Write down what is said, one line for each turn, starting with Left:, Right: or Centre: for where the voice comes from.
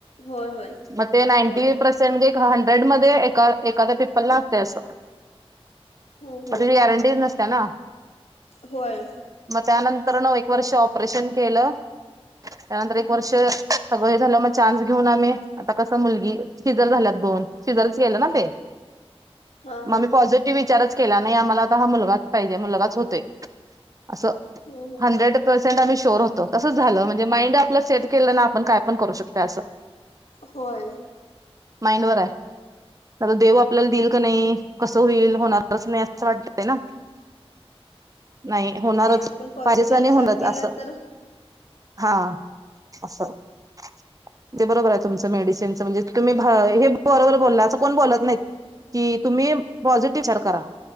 Left: होय होय
Right: मग ते नाईंटी
Left: होय
Right: पर्सेंट हंड्रेड मध्ये एका एखाद्या पिपल ला असते असं.
Left: हम्म
Right: मग
Left: हम्म
Right: तुझी गॅरंटीच नसते ना..
Left: होय.
Right: मग त्यानंतर न एक वर्ष ऑपरेशन केलं त्यानंतर
Left: हम्म
Right: एक वर्ष
Left: हम्म
Right: सगळं हे झालं मग घेऊन आम्ही आता कसं मुलगी शिजर झाल्यात दोन शिजरच गेलं ना ते.
Left: हा
Right: मग
Left: हा
Right: म पॉझिटिव्ह विचारच. केला नाही आम्हाला आ हा मुलगाच पाहिजे मुलगाच होतोय असं.
Left: हम्म हम्म
Right: हंड्रेडं पर्सेंट आणि. शोर होतो म्हणजे माइंड आपला सेट केला ना आपण काय पण करू शक अस.
Left: होय
Right: माइंडवर आहे आता देऊ आपल्याला देईल का नाही कसं होईल होणारच नाही असं वाटत आहे ना. नाही होणारच.
Left: आपण पॉझिटिव्ह
Right: पाारस्नी
Left: विचार
Right: होनच
Left: केला
Right: असं
Left: तर
Right: हा असं <inaudible> ते बरोबर आहे तुमचं मेडिसिनच म्हणजे तुम्ही हे बरोबर बोलला असं कोण बोलत नाहीत.. जी तुम्ही. पॉझिटिव्ह विचार करा